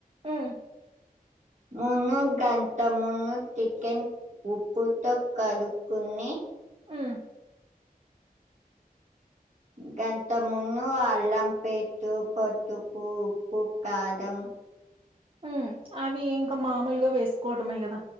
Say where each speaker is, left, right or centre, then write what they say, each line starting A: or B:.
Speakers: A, on the right; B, on the right.
A: ఆ
B: మునుూ గంత మును కెన్ ఉప్పుతో కడుక్కుని
A: ఆ
B: గంత మున్న అల్లం పెట్టు పట్టుపు ఉప్పు కాదం
A: ఉ అవి ఇంకా మామూలుగా వేసుకోవటమే కదా